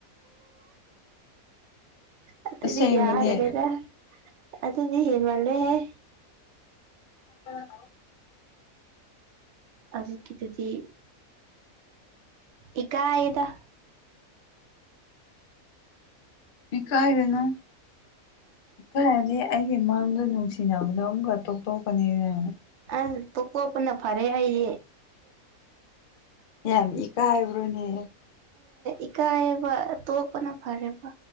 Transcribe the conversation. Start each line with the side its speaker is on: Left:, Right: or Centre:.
Right: ꯑꯗꯨꯗꯤ
Left: ꯑꯁꯦꯡꯕꯅꯦ
Right: ꯌꯥꯔꯒꯦꯗ ꯑꯗꯨ ꯑꯗꯨꯗꯤ ꯌꯦꯟ ꯃꯥꯜꯂꯦꯦ
Left: ꯎꯝ
Right: ꯑꯖꯤꯛꯀꯤꯗꯨꯗꯤ ꯏ ꯀꯥꯏꯗ
Left: ꯏ ꯀꯥꯏꯅꯣ ꯈꯔꯗꯤ ꯑꯩꯒꯤ ꯃꯥꯡꯒ ꯅꯨꯡꯁꯤꯅꯕꯗꯣ ꯑꯃꯝꯒ ꯇꯣꯛ ꯇꯣꯛꯀꯅꯤꯅ
Right: ꯑꯁ ꯇꯣꯛꯇꯣꯛꯄꯅ ꯐꯔꯦ ꯑꯩꯌꯦꯦ
Left: ꯌꯥꯝ ꯏ ꯀꯥꯏ ꯍꯥꯏꯕ꯭ꯔꯣꯅꯦ
Right: ꯏꯀꯥꯏꯌꯦꯕ ꯇꯣꯛꯄꯅ ꯐꯔꯦꯕ